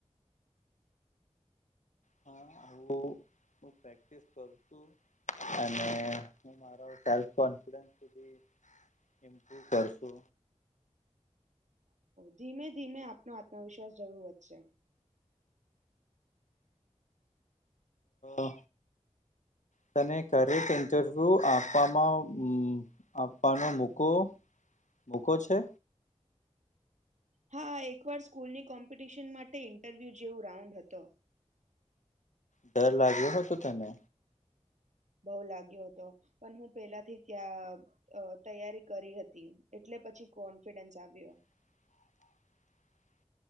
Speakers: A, on the left (about 80°); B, on the right (about 75°).
A: હા, આવું. પ્રેક્ટિસ કરશુ અને હુ મારો કોન્ફિડન્સ <unintelligible> એમકું કરશો,
B: ધીમે ધીમે આપનો આત્મવિશ્વાસ જરૂર વધશે
A: અ તને કરેક ઇન્ટરવ્યુ આપવામાં અમમ આપવાનો મૂકો મૂકો છે,
B: હા, એકવાર સ્કૂલની કોમ્પિટિશન માટે ઇન્ટરવ્યુ જેવું રાઉન્ડ હતો
A: ડર લાગ્યો હતો તને
B: બઉ લાગ્યો હતો પણ હું પેલાથી ત્યાં અહ તૈયારી કરી હતી એટલે પછી કોન્ફિડન્સ આવ્યો
A: <inaudible>